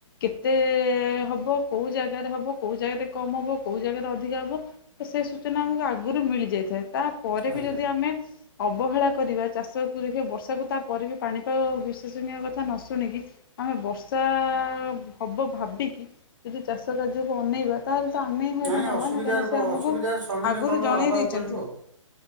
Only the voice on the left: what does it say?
କେତେ ହେବ, କେଉଁ ଜାଗାରେ ହେବ, କେଉଁ ଜାଗାରେ କମ୍ ହେବ, କେଉଁ ଜାଗାରେ ଅଧିକା ହେବ, ତ ସେ ସୂଚନା ଆମକୁ ଆଗରୁ ମିଳିଯାଇଥାଏ। ତାପରେ
ବି ଯଦି ଆମେ, ଅବହେଳା କରିବା ଚାଷଖିବା ବର୍ଷାକୁ ତାପରେ ବି ପାଣିପାଗ ବିଶ୍ୱସନୀୟ କଥା ନ ଶୁଣିକି, ଆମେ ବର୍ଷା ହବ ଭାବିକି ଯଦି ଚାଷ କାର୍ଯ୍ୟକୁ ଅନେଇବା, ତାହେଲେ ତ ଆମେ ହି ହଇରାଣ
ହବା
ନା, କାହିଁକିନା ସେ
ଆମକୁ
ଆଗରୁ
ଜଣେଇ
ଦେଇଛନ୍ତି।